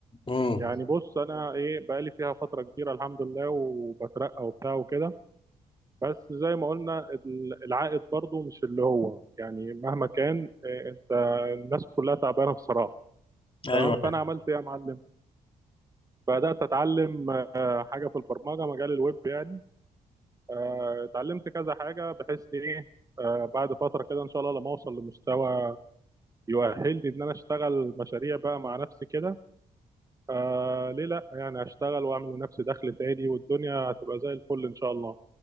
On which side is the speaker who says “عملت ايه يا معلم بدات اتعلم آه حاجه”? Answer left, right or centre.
Right